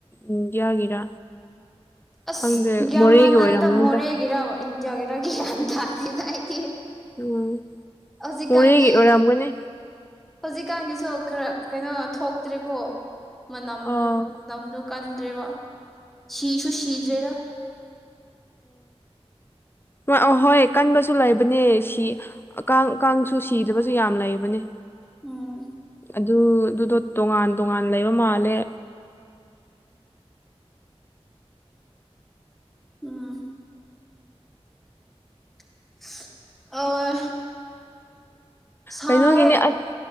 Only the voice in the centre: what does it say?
ꯑꯁ
ꯒꯃ
ꯇꯥꯗꯗ
ꯃꯣꯔꯦꯒꯤ ꯒꯤꯔ ꯏꯟꯗꯤꯌꯥꯒꯤꯔꯒ ꯒꯤ ꯇꯗꯗꯥꯏꯇ
ꯍꯧꯖꯤꯛꯀꯒꯤ
ꯍꯧꯖꯤꯛꯀꯥꯟꯒꯤꯁꯨ ꯈꯔ ꯀꯩꯅꯣ ꯊꯣꯛꯇ꯭ꯔꯦꯀꯣ ꯃꯅꯝ
ꯅꯝ ꯀꯟꯗꯔꯦꯕ ꯁꯤꯤꯁꯨꯨ ꯁꯤꯤꯖꯔꯦꯗ
ꯑ
ꯎꯝ ꯑꯣ ꯁꯑ